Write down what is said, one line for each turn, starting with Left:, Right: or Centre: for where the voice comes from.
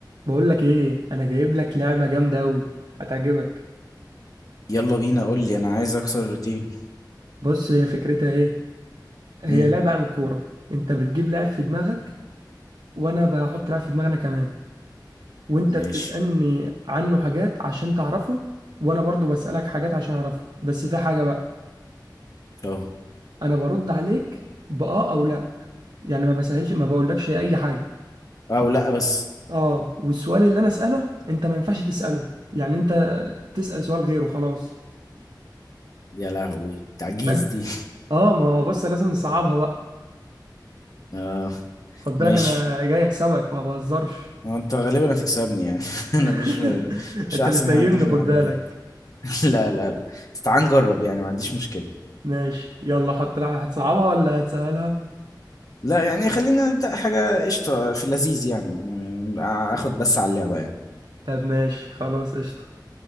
Right: بقول لك ايه انا جايب لك لعبه جامده قوي هتعجبك
Left: يلا بينا قول لي انا عايز اكسر الروتين
Right: بص هي فكرتها ايه هي
Left: امم
Right: لعبه عن الكوره انت بتجيب لاعب في دماغك وانا بحط لاعب في دماغنا كمان وانت
Left: ماشي
Right: بتسالني عنه حاجات عشان تعرفه وانا برضو بسالك حاجات عشان اعرفه بس في حاجه بقى
Left: اه
Right: انا برد عليك باه او لا يعني ما بسهلش ما بقولكش اي حاجه
Left: او لا بس
Right: اه والسؤال اللي انا اساله انت ما ينفعش تساله يعني انت تسال سؤال غيره خلاص
Left: يا لهوي تعجيز
Right: فاهم
Left: دي
Right: اه ما هو بص لازم نصعبها بقى
Left: <laughs> اه
Right: خد بالك
Left: ماشي
Right: انا جاي اكسبك ما بهزرش
Left: ما انت غالبا هتكسبني يعني <laughs> انا
Right: <laughs>
Left: مش مش
Right: انت
Left: احسن
Right: بتنيمني
Left: حد في المعلومات
Right: خد بالك
Left: <laughs> لا لا لا بس تعال نجرب يعني ما عنديش مشكلة
Right: ماشي يلا حط لك هتصعبها ولا هتسهلها
Left: لا يعني خلينا نبدأ حاجة قشطة في اللذيذ يعني م- اخد بس على اللعبة يعني
Right: طب ماشي خلاص قشطة